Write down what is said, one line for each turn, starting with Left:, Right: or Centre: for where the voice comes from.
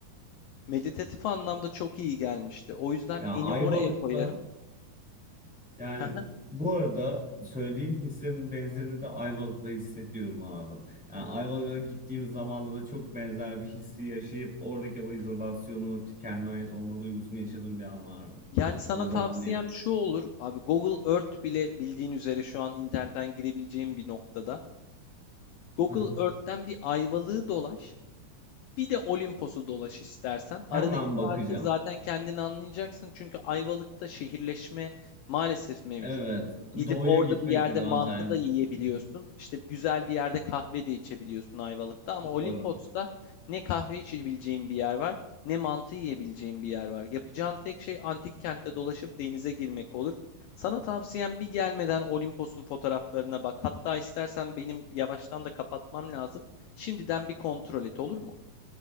Left: meditatif anlamda çok iyi gelmişti. O yüzden
Centre: ya
Left: eni
Centre: Ayvalık'ta
Left: oraya koyarım.
Centre: Yani
Left: <laughs>
Centre: bu arada söylediğin hislerin benzerini de Ayvalık'ta hissediyorum abi. Yani Ayvalık'a gittiğim zamanda da çok benzer bir hissi yaşayıp oradaki o izolasyonu, kendine ait olma duygusunu yaşadığım bir an vardı.
Left: Yani sana
Centre: O yüzden
Left: tavsiyem
Centre: anlayamadım.
Left: şu olur. Abi Google Earth bile bildiğin üzere şu an internetten girebileceğin bir noktada. Google
Centre: <laughs>
Left: Earth'ten bir ayvalığı dolaş. Bir de Olimpos'u dolaş istersen. Aradaki
Centre: Hemen bakacağım.
Left: farkı zaten kendin anlayacaksın. Çünkü Ayvalık'ta şehirleşme maalesef mevcut.
Centre: Evet,
Left: Gidip
Centre: doğuya
Left: orada
Centre: gitmek
Left: bir yerde
Centre: gibi
Left: mantı
Centre: Antalya.
Left: da yiyebiliyorsun.
Centre: <laughs>
Left: İşte güzel bir yerde kahve de içebiliyorsun Ayvalık'ta. Ama
Centre: Doğru.
Left: Olimpos'ta ne kahve içebileceğin bir yer var, ne mantı yiyebileceğin bir yer var. Yapacağın tek şey antik kentte dolaşıp denize girmek olur. Sana tavsiyem bir gelmeden Olimpos'un fotoğraflarına bak. Hatta istersen benim yavaştan da kapatmam lazım. Şimdiden bir kontrol et olur mu?